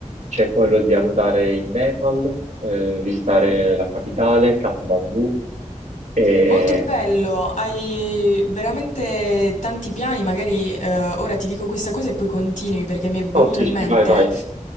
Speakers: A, on the right; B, on the left.
A: c'è quello di andare in Nepal, eh, visitare la capitale, Kathmandu. E...
B: Molto bello, hai veramente tanti piani, magari eh, ora ti dico questa cosa e poi continui perché mi è venuto
A: Oh, sì,
B: in
A: sì,
B: mente
A: vai, vai.